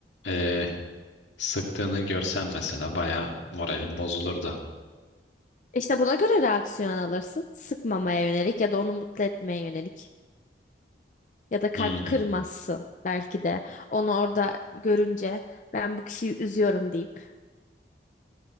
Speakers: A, on the left; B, on the left.
A: e, sıktığını görsen mesela baya moralin bozulurdu.
B: İşte buna göre reaksiyon alırsın. Sıkmamaya yönelik ya da onu mutlu etmeye yönelik. Ya da kalp
A: Hmm,
B: kırmazsın belki de. Onu orada görünce ben bu kişiyi üzüyorum deyip.